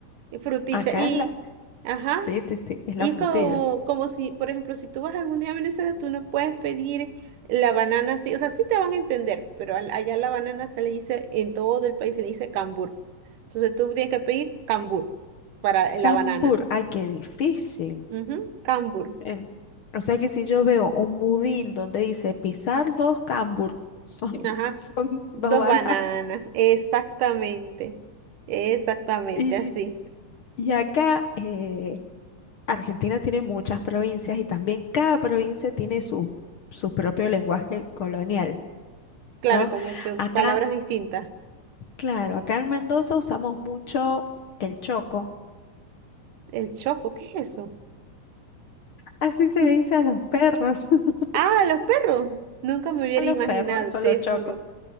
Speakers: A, on the right (about 85°); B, on the left (about 60°).
A: Y frutilla.
B: Acá
A: Y,
B: es la
A: ajá,
B: Sí, sí, sí, es
A: y
B: la
A: es
B: frutilla.
A: como, como si, por ejemplo, si tú vas algún día a Venezuela, tú no puedes pedir la banana así. O sea, sí te van a entender, pero al- allá la banana se le dice, en todo el país se le dice cambur. Entonces tú tienes que pedir cambur para la
B: Cambur,
A: banana.
B: ay, qué difícil.
A: Ujú, Cambur.
B: Eh, o sea que si yo veo un budín donde dice pisar dos cambur, son, <laughs>
A: Ajá.
B: son
A: Dos
B: dos balas.
A: bananas. Exactamente. Exactamente
B: Y,
A: así.
B: y acá eh, Argentina tiene muchas provincias y también cada provincia tiene su, su propio lenguaje colonial,
A: Claro,
B: ¿no?
A: como que
B: Acá,
A: palabras distintas.
B: claro, acá en Mendoza usamos mucho el choco.
A: El choco, ¿qué es eso?
B: Así
A: <laughs>
B: se le dice a los perros. <laughs>
A: Ah, los perros. Nunca me hubiera
B: A los
A: imaginado,
B: perros, solo
A: te
B: choco.
A: juro.